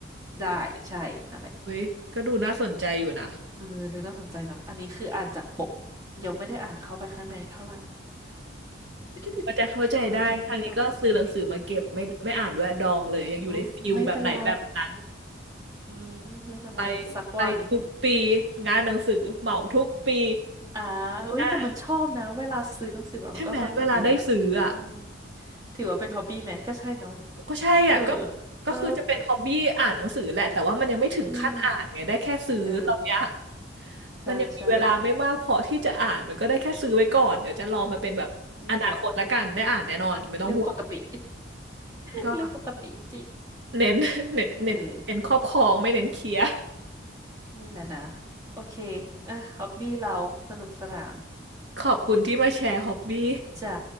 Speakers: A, on the right; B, on the right.
A: ได้ใช่นั่นแหละ
B: เว้ย ก็ดูน่าสนใจอยู่นะ
A: เออดูน่าสนใจนะอันนี้คืออ่านจากปกยังไม่ได้อ่านเข้าไปข้างในเท่าไหร่ <laughs>
B: เขาใจเข้าใจได้ทางนี้ก็ซื้อหนังสือมาเก็บไม่ไม่อ่านด้วยดองเลยยังอยู่ในฟิลแบบไหนแบบนั้น
A: เอาแค่นี้ก่อนอุ๊ยไม่เป็นไร อืมไม่เป็นไรสักวัน
B: ไปไปทุกปีงานหนังสือเหมาทุกปี
A: อ่าอุ้ยแต่มันชอบนะเวลาซื้อหนังสือมามันก็สนุกดีอ่ะอืม
B: อ่าใช่ไหมเวลาได้ซื้ออ่ะ
A: ถือว่าเป็นฮอบบี้ไหมก็ใช่เนาะ
B: ก็ใช่อ่ะก็
A: เออ
B: ก็คือจะเป็นฮอบบี้อ่านหนังสือแหละแต่ว่ามันยังไม่ถึงขั้นอ่านไงได้แค่ซื้อตอนเนี้ย
A: เอออืมเออใช่ใช่
B: มันยังมีเวลาไม่มากพอที่จะอ่านมันก็ได้แค่ซื้อไว้ก่อนเดี๋ยวจะรอมาเป็นแบบอนาคตละกันได้อ่านแน่นอนไม่ต้องห่วง
A: นี่แหละเรื่องปกติ <laughs>
B: ก็
A: เรื่องปกติจริง
B: เน้นเน้นเน้นเน้นครอบครองไม่เน้นเคลียร์
A: เออนี่แหละนะโอเคอ่ะฮอบบี้เราสนุกสนาน
B: ขอบคุณที่มาแชร์ฮอบบี้
A: จ้า